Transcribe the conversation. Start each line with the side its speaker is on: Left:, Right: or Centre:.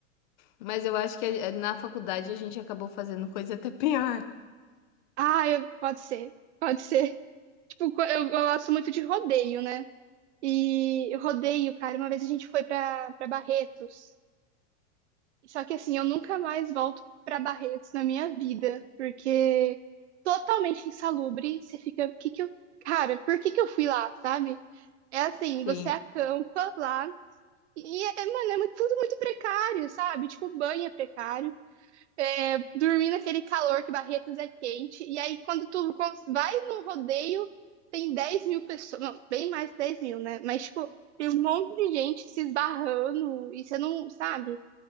Left: Mas eu acho que a eh, na faculdade a gente acabou fazendo coisa até pior.
Right: Ah, eu- pode ser, pode ser. <laughs> Tipo, co- eu gosto muito de rodeio, né? E rodeio, cara, uma vez a gente foi pra, pra Barretos. Só que assim, eu nunca mais volto pra Barretos na minha vida, porque totalmente insalubre, você fica, que que eu, cara, por que que eu fui lá, sabe? É assim,
Left: Sim.
Right: você acampa lá e é, mano, é muito tudo muito precário, sabe? Tipo, banho é precário, é, dormir naquele calor que Barretos é quente, e aí quando tu cons- vai no rodeio, tem 10 mil pessoas, não, bem mais de 10 mil, né? Mas, tipo, tem um monte de gente se esbarrando e você não, sabe?